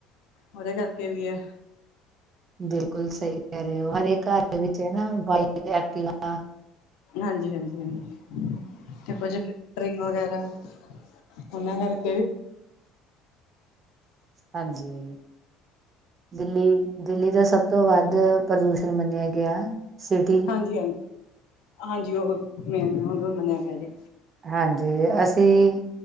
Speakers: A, on the left (about 80°); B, on the right (about 30°).
A: ਉਹਦੇ ਕਰਕੇ ਵੀ ਹੈ,
B: ਬਿਲਕੁਲ ਸਹੀ ਕਹਿ ਰਹੇ ਹੋ, ਹਰ ਇਕ ਘਰ ਵਿੱਚ ਹੇਨਾ ਵਈਟ ਐਕਟੀਵਾ।
A: ਹਾਂਜੀ-ਹਾਂਜੀ-ਹਾਂਜੀ। ਤੇ ਇਹ ਫੈਕਟਰੀਆਂ ਵਗੈਰਾ, ਉਹਨਾਂ ਕਰਕੇ ਵੀ,
B: ਹਾਂਜੀ, ਦਿੱਲੀ, ਦਿੱਲੀ ਦਾ ਸਭ ਤੋਂ ਵੱਧ ਪ੍ਰਦੂਸ਼ਣ ਮੰਨਿਆ ਗਿਆ। ਸਿਟੀ
A: ਹਾਂਜੀ-ਹਾਂਜੀ, ਹਾਂਜੀ ਉਹ ਮੈਂ ਮੰਨਿਆ ਗਿਆ।
B: ਹਾਂਜੀ, ਅਸੀਂ,